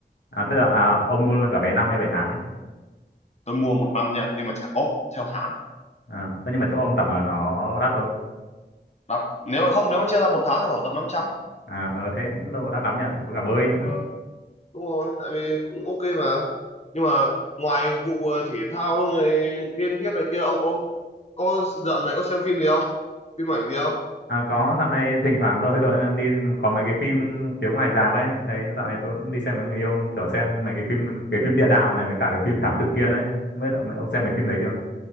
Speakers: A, on the left; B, on the left.
A: à tức là à, ông mua luôn cả vé năm hay vé tháng ấy
B: tôi mua một năm nha nhưng mà trả góp theo tháng
A: à, thế nhưng mà chỗ ông tập là nó đắt không
B: đặt nếu mà không nếu mà chia ra một tháng thì khoảng tầm 500.
A: À, ờ thế cũng đâu đắt lắm nhỉ, có cả bơi nữa.
B: Ờ, đúng rồi tại vì cũng ok mà nhưng mà ngoài vụ ờ, thể thao này, game ghiếc này kia ông có có dạo này có xem phim gì không phim ảnh gì không
A: À, có dạo này thỉnh thoảng tôi có đi có mấy cái phim chiếu ngoài rạp ấy, thấy dạo này tôi cũng đi xem với người yêu kiểu xem mấy cái phim cái phim địa đạo này với cả cái phim Thám Tử Kiên ấy. Không biết ông, ông xem mấy phim đấy chưa?